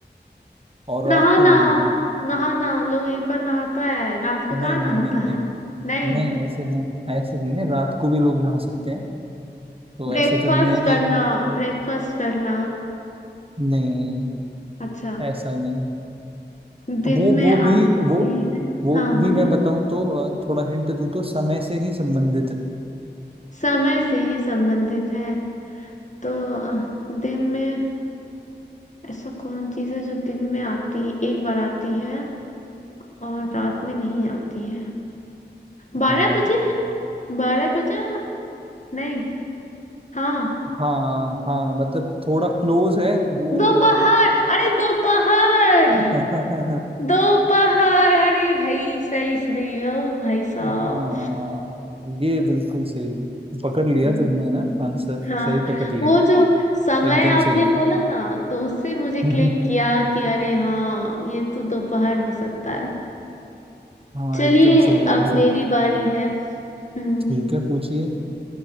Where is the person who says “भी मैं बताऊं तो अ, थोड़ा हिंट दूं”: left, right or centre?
Right